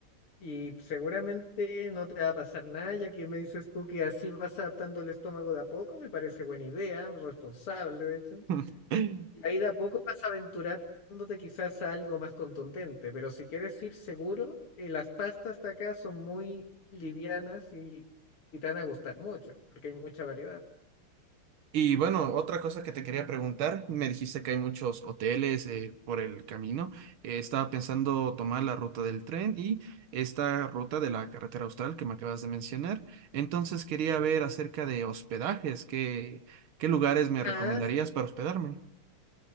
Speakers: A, on the left (about 80°); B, on the right (about 70°).
A: y seguramente no te va a pasar nada, ya que me dices tú que así vas adaptando el estómago de a poco, me parece buena idea, responsable de hecho.
B: <laughs>
A: Y ahí de a poco vas aventurándote quizás a algo más contundente, pero si quieres ir seguro, eh, las pastas de acá son muy livianas y, y te van a gustar mucho, porque hay mucha variedad.
B: Y bueno, otra cosa que te quería preguntar, me dijiste que hay muchos hoteles eh, por el camino. Eh, estaba pensando tomar la ruta del tren y esta ruta de la carretera austral que me acabas de mencionar. Entonces quería ver acerca de hospedajes, ¿qué, qué lugares me recomendarías
A: Ah,
B: para hospedarme?